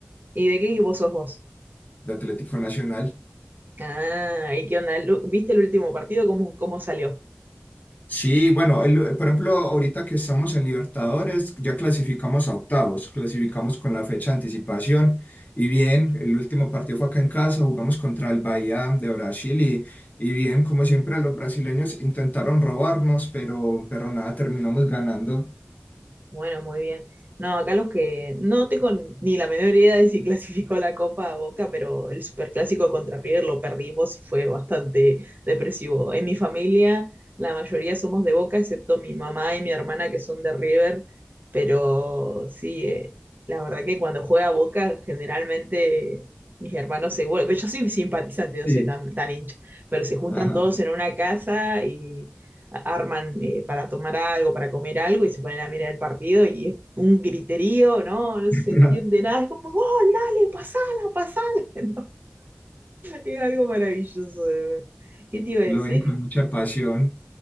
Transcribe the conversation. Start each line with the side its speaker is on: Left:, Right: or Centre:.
Right: ¿Y de qué equipo sos vos?
Left: de Atlético Nacional.
Right: Ah, ¿y qué onda? Lu- ¿Viste el último partido? ¿Cómo, cómo salió?
Left: Sí, bueno, el- eh, por ejemplo, ahorita que estamos en Libertadores, ya clasificamos a octavos, clasificamos con la fecha de anticipación y bien, el último partido fue acá en casa, jugamos contra el Bahía de Brasil y, y bien, como siempre, los brasileños intentaron robarnos, pero, pero nada, terminamos ganando.
Right: Bueno, muy bien. No, acá los que no tengo ni la menor idea de si <laughs> clasificó la Copa a Boca, pero el Superclásico contra River lo perdimos y fue bastante depresivo. En mi familia, la mayoría somos de Boca, excepto mi mamá y mi hermana que son de River, pero sí, eh, la verdad que cuando juega Boca, generalmente mis hermanos se vuelven, yo soy simpatizante, no
Left: Sí.
Right: soy tan, tan hincha, pero se juntan
Left: Ajá.
Right: todos en una casa y arman eh, para tomar algo, para comer algo y se ponen a mirar el partido y es un griterío, ¿no? No
Left: <laughs>
Right: se entiende nada, es como, ¡oh, dale, pasala, pasala! <laughs> ¿no? Es algo maravilloso de ver. ¿Qué te iba a decir?
Left: Lo ven con mucha pasión.